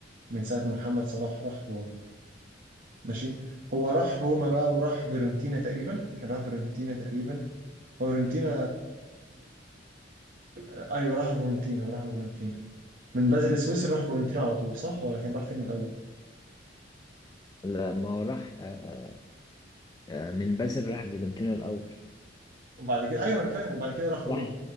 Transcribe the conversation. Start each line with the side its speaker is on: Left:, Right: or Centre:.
Right: من ساعه ما محمد صلاح راح روما ماشي هو راح روما بقى وراح فيرونتينا تقريبا كان راح فيرونتينا تقريبا هو فيرونتينا آه، ايوه راح فورنتينا راح فورنتينا من بازل السويسري راح فورنتينا على طول صح ولا كان راح فين الاول
Left: لما هو راح آه، آه، من بازل راح فيورنتينا الاول
Right: وبعد كده ايوه انا فاهم وبعد كده راح روما
Left: راح